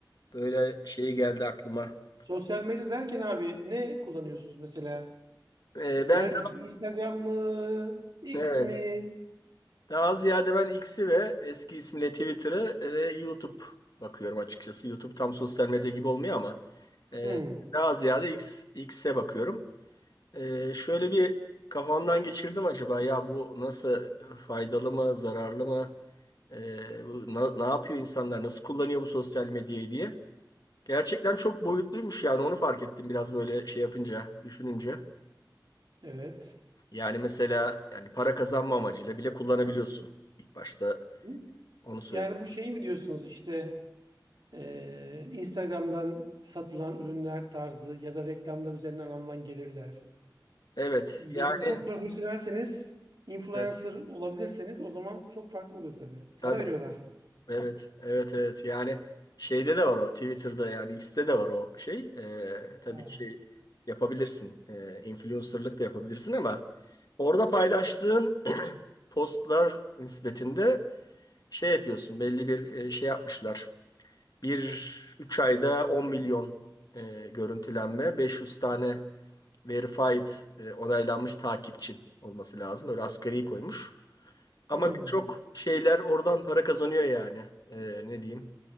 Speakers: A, on the left (about 55°); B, on the right (about 65°).
A: böyle şey geldi aklıma.
B: Sosyal medya derken abi ne kullanıyorsunuz mesela?
A: Ee, ben
B: Neredesin?
A: de
B: Instagram mı? X
A: evet,
B: mi?
A: daha ziyade ben X'i ve eski ismiyle Twitter'ı ve YouTube bakıyorum açıkçası. YouTube tam sosyal medya gibi olmuyor ama ee,
B: Hmm,
A: daha ziyade X, X'e bakıyorum. Ee, şöyle bir kafamdan geçirdim acaba ya bu nasıl faydalı mı zararlı mı Ee, bu na- ne yapıyor insanlar nasıl kullanıyor bu sosyal medyayı diye. Gerçekten çok boyutluymuş yani onu fark ettim biraz böyle şey yapınca düşününce.
B: evet.
A: Yani mesela yani para kazanma amacıyla bile kullanabiliyorsun ilk başta
B: Hı?
A: onu söyleyeyim.
B: Yani bu şeyi mi diyorsunuz işte eee, Instagram'dan satılan ürünler tarzı ya da reklamlar üzerinden alınan gelirler.
A: Evet
B: Ya
A: yani
B: da çok profesyonelseniz influencer
A: evet,
B: olabilirseniz o zaman çok farklı oluyor tabii.
A: tabii.
B: Para veriyorlar size.
A: Evet, evet, evet. Yani şeyde de var o, Twitter'da yani X'te de var o şey. Ee, tabii
B: Aa,
A: ki şey yapabilirsin, Ee, influencer'lık da yapabilirsin ama orada paylaştığın <clears throat> postlar nispetinde şey yapıyorsun, belli bir e, şey yapmışlar. Bir 3 ayda 10 milyon e, görüntülenme, 500 tane verified e, onaylanmış takipçin olması lazım. Öyle asgari koymuş. Ama
B: hmm,
A: birçok şeyler oradan para kazanıyor yani. Ee, ne diyeyim?